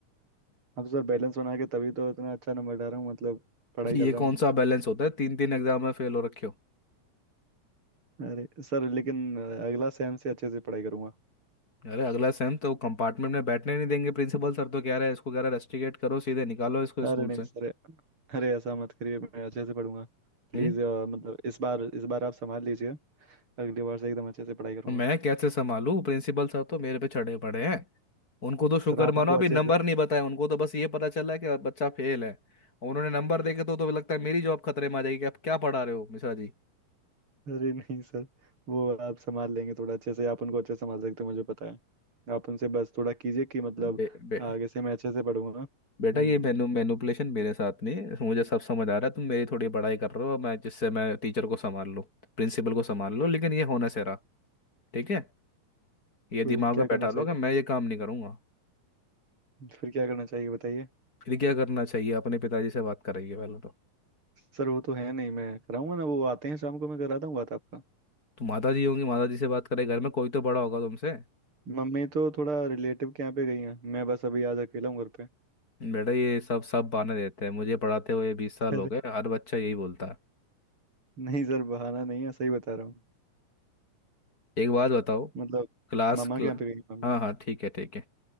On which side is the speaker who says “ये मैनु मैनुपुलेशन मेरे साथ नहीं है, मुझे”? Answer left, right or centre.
Left